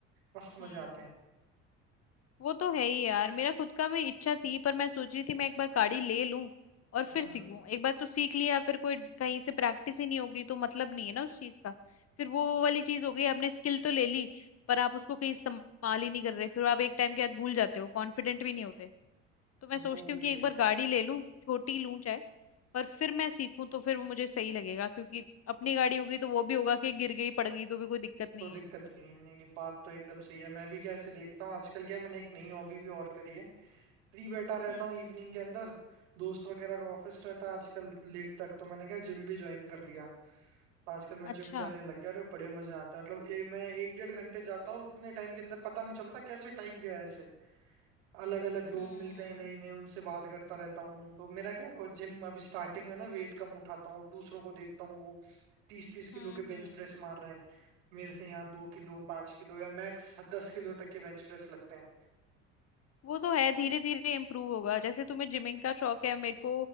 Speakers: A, on the right (about 75°); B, on the left (about 40°).
A: मस्त मजे
B: हम्म
A: आते हैं
B: वो तो है ही यार मेरा खुद का भी इच्छा थी पर मैं सोच रही थी मैं एक बार गाड़ी ले लूं और फिर
A: हम्म
B: सीखूं एक बार तो सीख लिया फिर कोई कहीं से प्रैक्टिस ही नहीं होगी तो मतलब नहीं है ना उस चीज का फिर वो वो वाली चीज हो गई आपने स्किल तो ले ली पर आप उसको कहीं इस्तेमाल ही नहीं कर रहे फिर आप एक टाइम के बाद भूल जाते हो कॉन्फिडेंट भी नहीं होते तो मैं सोचती
A: वो
B: हूँ
A: भी
B: कि
A: है
B: एक बार गाड़ी ले लूं छोटी लूं चाहे पर फिर मैं सीखूं तो फिर वो मुझे सही लगेगा क्योंकि अपनी गाड़ी होगी तो वो भी होगा कि गिर गई पड़ गई तो भी कोई दिक्कत नहीं
A: कोई दिक्कत
B: है
A: नहीं है नहीं नहीं बात तो एकदम सही है मैं भी क्या ऐसे देखता हूँ आजकल क्या मैंने एक नई हॉबी भी और करी है फ्री बैठा रहता
B: हम्म
A: हूँ इवनिंग के अंदर दोस्त वगैरह का ऑफिस रहता है आजकल लेट तक तो मैंने क्या जिम भी ज्वाइन कर लिया तो आजकल मैं
B: अच्छा
A: जिम जाने लग गया और बड़े मजे आते हैं मतलब ए, मैं एक डेढ़ घंटे जाता हूँ और उतने टाइम के अंदर पता नहीं चलता कैसे टाइम गया है ऐसे अलग अलग लोग
B: हम्म
A: मिलते हैं नए नए उनसे बात करता रहता हूँ तो मेरा क्या जिम अभी स्टार्टिंग में ना वेट कम उठाता हूँ और दूसरों को देखता हूँ वो तीस तीस
B: हम्म
A: किलो के
B: हम्म।
A: बेंच प्रेस मार रहे हैं मेरे से यहाँ दो किलो पांच किलो या मैक्स दस किलो तक के बेंच प्रेस लगते हैं
B: वो तो है धीरे धीरे इम्प्रूव होगा जैसे तुम्हें जिमिंग का शौक है मेरे को